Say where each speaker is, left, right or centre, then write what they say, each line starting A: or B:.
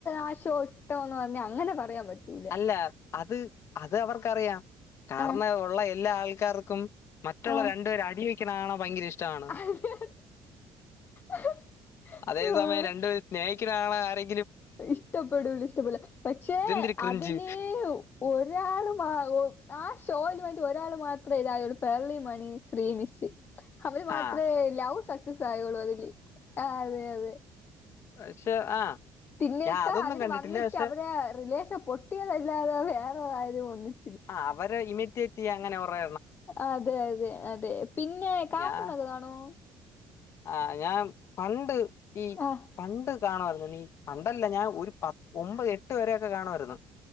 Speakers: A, on the left; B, on the left.
A: ആശ ചോ ഇഷ്ടന്ന് പറഞ്ഞ അങ്ങനെ പറയാൻ പറ്റ് റ്റൂല
B: അല്ല അത് അത് അവർക്കറിയാം കാരണം
A: ആഹ്
B: ഉള്ള എല്ലാ ആൾ ക്കാർക്കും മറ്റുള്ള
A: ആഹ്
B: രണ്ടുപേര് അടി വെ ക്ക്ണാണാ ഭയങ്കര ഇഷ് ട്ടാണ്
A: അതെ അതെ
B: അതേ
A: ആഹ്
B: സമയം രണ്ട് പേര് സ്നേഹി ക്ക്ണ കാണാൻ ആരെ
A: ഇഷ്ടപ്പെടൂല ഇഷ്ടപെടുല പക്ഷെ
B: ഇതെന്തൊരു ക്രിഞ്ച്
A: അ തിലേഹും ഒരാള് മാ <unintelligible> ആ ആ ഷോ ഒരാൾ മാത്രമേ ഇതായ ള്ളു പെർലിമണി ശ്രീനിഷ് അവര് മാത്രമേ
B: ആ
A: ലവ് സക്സസ് ആയുള്ളൂ അതില് ആ അതെ അതെ
B: പക്ഷെ ആ
A: പിന്നേക്കാ
B: ഞാൻ അതൊന്നും
A: അതിൽ
B: കണ്ടിട്ടില്ല
A: വന്നിട്ട്
B: പക്ഷെ
A: അവരെ റിലേഷൻ പൊട്ടിയതല്ലാതെ വേറെ <unintelligible>
B: ആ അവര് ഇമി എത്തി ത്തി അങ്ങന്നെ കൊറെ
A: അതെ അതെ അതെ പിന്നെ കാർട്ടുണൊക്കെ
B: ഞാൻ
A: കാണോ
B: ആ ഞാൻ പണ്ട് ഈ
A: ആഹ്
B: പണ്ട് കാണുമായിരുന്നു നീ പണ്ടല്ല ഞാൻ ഒരു പ ഒമ്പത് എട്ട് വരെക്കെ കാണുമായിരുന്നു